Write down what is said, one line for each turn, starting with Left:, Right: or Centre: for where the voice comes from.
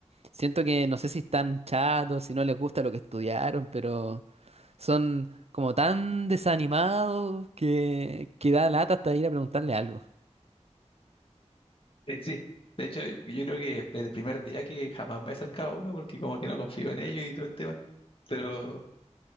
Right: siento que no sé si están chatos, si no les gusta lo que estudiaron, pero son como tan desanimados que, que da lata hasta ir a preguntarle algo.
Left: Eh, Sí, de hecho, yo, yo creo que desde el primer día que jamás me he acercado a uno porque como que no confío en ellos y todo el tema. Pero